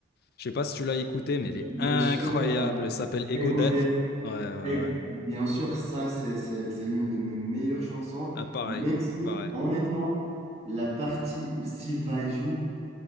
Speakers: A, on the left; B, on the right.
A: Je sais pas si tu l'as écoutée, mais
B: oui,
A: elle est
B: bien
A: incroyable.
B: sûr, euh,
A: Elle s'appelle Ego
B: Ego
A: Death.
B: Et
A: Ouais, ouais,
B: Ouais.
A: ouais.
B: bien sûr, ça, c'est, c'est, c'est l'une de mes meilleures chansons,
A: Ah, pareil,
B: même si,
A: pareil.
B: honnêtement, la partie où Siva joue,